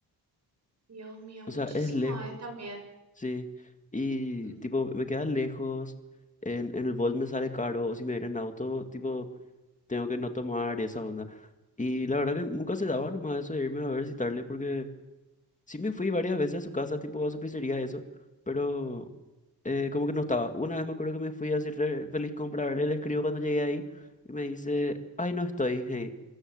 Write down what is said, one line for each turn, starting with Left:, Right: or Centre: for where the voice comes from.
Right: Dios mío,
Left: O
Right: muchísimo
Left: sea, es lejos,
Right: es también.
Left: sí. Y
Right: Ujú.
Left: tipo, me queda lejos. En, en el Bolt me sale caro. O si me voy en auto, tipo, tengo que no tomar y esa onda. Y la verdad que nunca se daba nomás eso de irme a visitarle porque sí me fui varias veces a su casa, tipo, a su pizzería eso. Pero. eh, como que no estaba. Una vez me acuerdo que me fui así re feliz comprarle, le escribo cuando llegué ahí y me dice, ay, no estoy, hey.